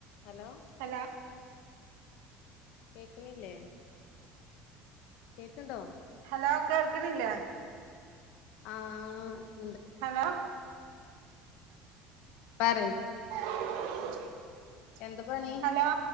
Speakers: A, on the left; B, on the right.
A: Hello
B: hello
A: കേൾക്കണില്ലേ കേൾക്കുണ്ടോ?
B: Hello കേൾക്കണില്ലേ?
A: ആഹ്
B: ഹലോ
A: പറ
B: <inaudible>
A: എന്താ പണി
B: ഹലോ